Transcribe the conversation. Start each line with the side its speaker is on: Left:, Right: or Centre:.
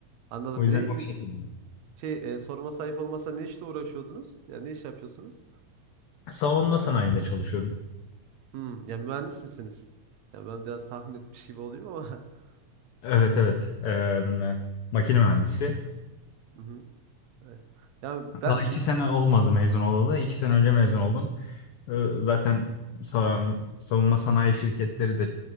Right: Anladım.
Left: O yüzden
Right: Ne
Left: o şekilde.
Right: şey e, sorma sayıp olmasa ne işle uğraşıyordunuz? Ya ne iş yapıyorsunuz?
Left: Savunma sanayinde çalışıyorum.
Right: Hmm, ya mühendis misiniz? Ya ben biraz tahmin etmiş gibi olayım ama. <laughs>
Left: Evet evet. Ee, makine mühendisi.
Right: Hı hı, evet. Ya ben
Left: Daha iki sene olmadı mezun olalı. İki sene önce mezun oldum. Ee, Zaten sa- savunma sanayi şirketleri de